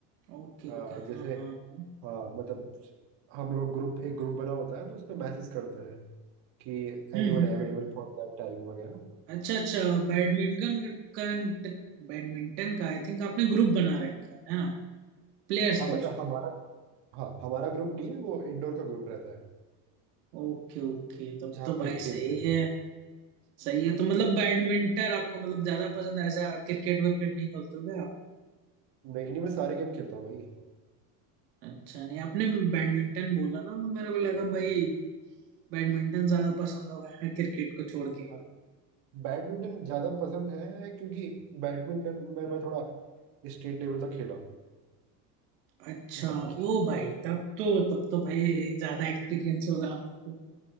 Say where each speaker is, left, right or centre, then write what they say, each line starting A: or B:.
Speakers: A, on the right; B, on the right.
A: ओके
B: आ,
A: ओके
B: जैसे
A: हाँ हाँ हाँ
B: हाँ मतलब हम लोग ग्रुप एक ग्रुप बना होता है तो उसमें मैसेज करते हैं कि
A: हम्म
B: anyone
A: हम्म
B: available
A: हम्म हम्म।
B: for that time वगैरह
A: अच्छा अच्छा बैडमिंटन का बैडमिंटन का आई थिंक आपने ग्रुप बना रखा है है ना प्लेयर्स
B: हाँ मतलब
A: का उसमें
B: हमारा हाँ हमारा ग्रुप नहीं है वो इंडोर का ग्रुप रहता है
A: ओके ओके तब
B: जहाँ
A: तो
B: पर
A: भाई
B: खेलते
A: सही
B: हैं
A: है सही है तो मतलब बैडमिंटन आपको मतलब ज्यादा पसंद है ऐसा क्रिकेट विकेट नहीं खेलते हो क्या आप
B: नहीं नहीं मैं सारे गेम खेलता हूँ भाई
A: अच्छा नहीं आपने बैडमिंटन बोला ना तो मेरे को लगा भाई बैडमिंटन ज्यादा पसंद होगा क्रिकेट को छोड़ के
B: हाँ, बैडमिंटन ज्यादा पसंद है क्योंकि बैडमिंटन में मैं थोड़ा स्टेट लेवल तक खेला हूँ
A: अच्छा
B: बाकी
A: ओ भाई तब तो तब तो भाई ज्यादा एक्सपीरियंस होगा आपको